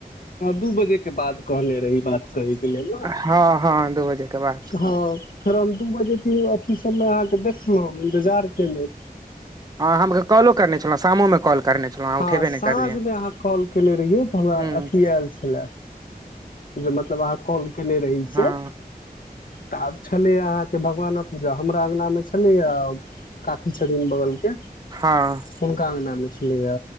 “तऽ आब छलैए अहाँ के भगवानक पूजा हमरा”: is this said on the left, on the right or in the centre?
Left